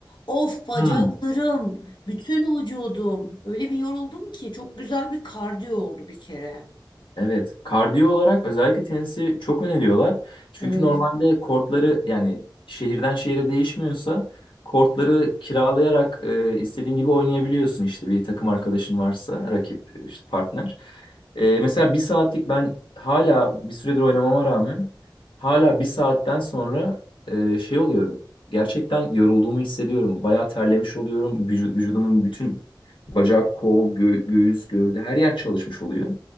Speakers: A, on the left (about 65°); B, on the left (about 85°).
A: Of bacaklarım,
B: Hmm.
A: bütün vücudum. Öyle bir yoruldum ki çok güzel bir kardiyo oldu bir kere.
B: Evet, kardiyo olarak özellikle tenisi çok öneriyorlar. Çünkü
A: Evet.
B: normalde kortları yani şehirden şehire değişmiyorsa kortları kiralayarak e, istediğin gibi oynayabiliyorsun işte bir takım arkadaşın varsa rakip işte partner. E, mesela bir saatlik ben hala bir süredir oynamama rağmen hala bir saatten sonra e, şey oluyorum. Gerçekten yorulduğumu hissediyorum. Bayağı terlemiş oluyorum. Vücu- vücudumun bütün bacak, kol, gö- göğüs, gövde her yer çalışmış oluyor.